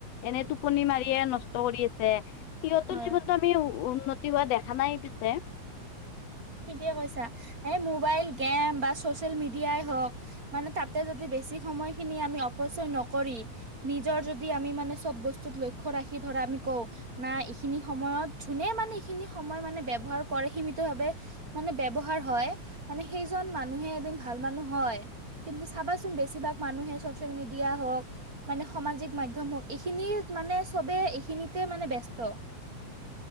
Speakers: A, on the left; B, on the right.
A: এনে টোপনি মাৰিয়ে নষ্ট কৰি আছে। সিহঁতৰ
B: হয়
A: জীৱনতো আমি উ-উন্নতি হোৱা দেখা নাই পিছে।
B: ঠিকে কৈছা, এ মোবাইল, গেম বা ছচিয়েল মিডিয়াই হওঁক। মানে তাতে যদি বেছি সময় খিনি আমি অপচয় নকৰি নিজৰ যদি আমি মানে চব বস্তুত লক্ষ্য ৰাখি ধৰা আমি কওঁ। না ইখিনি সময়ত যোনে মানে এইখিনি সময় মানে ব্যৱহাৰ কৰে সীমিত ভাৱে মানে ব্যৱহাৰ হয়, মানে সেইজন মানুহে এদিন ভাল মানুহ হয়। কিন্তু চাবাচোন বেছিভাগ মানুহে ছচিয়েল মিডিয়া হওঁক। মানে সামাজিক মাধ্যম হওঁক এইখিনিত মানে চবে এইখিনিতে মানে ব্যস্ত।